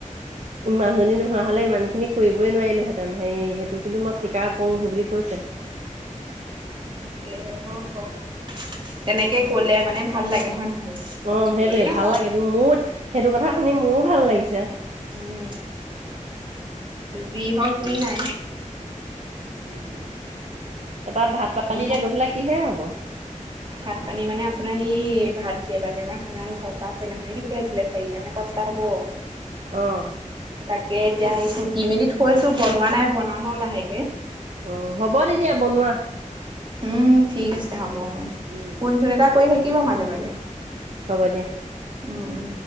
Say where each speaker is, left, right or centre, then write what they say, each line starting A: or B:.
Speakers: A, on the right; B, on the right.
A: মানুহজনী নোহোৱা হ'লে ইমান খিনি কৰিবই নোৱাৰিলোহেতেন। হেৰি, সেইটো কিন্তু, মই স্বীকাৰ কৰোঁ সেই বুলি কৈছে।
B: তাকে হে হক - হক। তেনেকে ক'লে মানে ভাল লাগে, হয় নহয়।
A: অ
B: যোনেই
A: সেইটোয়ে
B: নহওঁক।
A: ভাল লাগে মোৰ সেইটো কথা শুনি মোৰো ভাল লাগিছে।
B: উম, যি হওঁক যি নাই
A: উম। তাপা ভাত-পানী
B: মোৰ
A: এতিয়া গধুলা কিহে হ'ব?
B: ভাত - পানী মানে আপোনাৰ সেই ভাত কেৰেবাকমাৰ সৈনাখন ঘৰ পৰা সইনাখন পধাইছিলে চাৰিটা নে পাঁচটা হব।
A: অ'।
B: তাকে এতিয়া সেই কুটি মেলি থৈছো বনোৱা নাই বনাম আৰু লাহেকে।
A: অ' হ'ব তেতিয়া, বনোৱা।
B: উম, ঠিক আছে, হ'ব।
A: উম
B: ফোন-চোন
A: উম।
B: এটা কৰি থাকিব মাজে - মাজে।
A: হ'ব দিয়া।
B: উম উম।